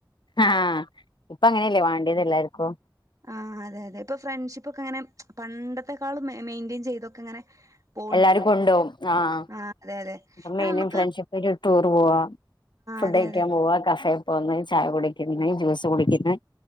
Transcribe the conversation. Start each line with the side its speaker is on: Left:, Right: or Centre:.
Left: ആഹ ഇപ്പൊ അങ്ങനല്ലേ വാണ്ടിതെല്ലാര്ക്കും
Right: ആ അതെ അതെ ഇപ്പൊ ഫ്രണ്ട്ഷിപ്പൊക്കെ ങ്ങനെ പണ്ടത്തെക്കാളും മെയിന്റെൻ ചെയ്തൊക്കെങ്ങനെ പോവ്ണ്ടല്ലോ
Left: എല്ലാരും കൊണ്ടോവും ആഹ്
Right: ആ അതെ അതെ
Left: ഇപ്പം
Right: ആ
Left: മെയിനും
Right: ഞമ്മക്ക്
Left: ഫ്രണ്ട്ഷിപ്പ് ഒരു ടൂർ പോവാ ഫുഡ്
Right: അതെ
Left: കഴിക്കാൻ
Right: അതെ
Left: പോവാ കഫേ ഒന്നെചായ കുടിക്കുന്ന് എല്ലൽജ്യൂസ് കുടിക്കുന്നെ